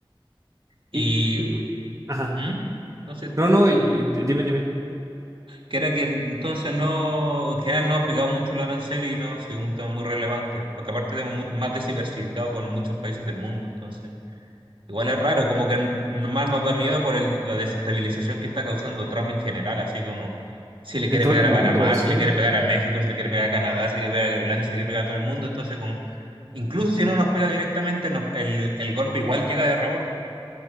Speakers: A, on the right; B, on the right.
A: Y
B: Y, y- ajá.
A: ¿Mm? no sé,
B: No, no, y- d- dime, dime.
A: que era que entonces no, que era no ha pegado mucho el arancel y no ha sido un tema muy relevante, porque aparte tenemos mu- más diversificado con muchos países del mundo, entonces. Igual es raro, como que n- más nos da miedo por el- la desestabilización que está causando Trump en general, así como si le
B: En
A: quiere
B: todo
A: pegar
B: el mundo,
A: a Panamá,
B: sí.
A: si le quiere pegar a México, si le quiere pegar a Canadá, si le quiere pegar a Groenlandia, si le quiere pegar a todo el mundo, entonces como, incluso si no nos pega directamente, nos- el, el golpe igual llega de rebote.